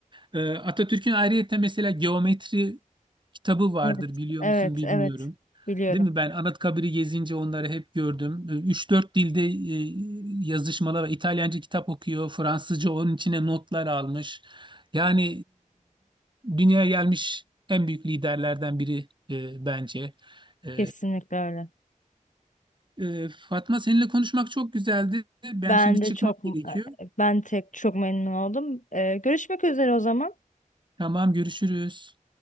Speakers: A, on the right (about 35°); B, on the left (about 65°).
A: Ee, Atatürk'ün ayrıyeten mesela geometri kitabı vardır
B: Evet.
A: biliyor
B: Evet,
A: musun bilmiyorum.
B: evet. Biliyorum.
A: Değil mi? Ben Anıtkabir'i gezince onları hep gördüm. Ee, üç dört dilde e, yazışmalar var. İtalyanca kitap okuyor. Fransızca onun içine notlar almış. Yani e, dünyaya gelmiş en büyük liderlerden biri e, bence. E,
B: Kesinlikle öyle.
A: e, Fatma seninle konuşmak çok güzeldi. Ben
B: Ben
A: şimdi
B: de
A: çıkmam
B: çok
A: gerekiyor.
B: ben tek çok memnun oldum. E, görüşmek üzere o zaman.
A: Tamam görüşürüz.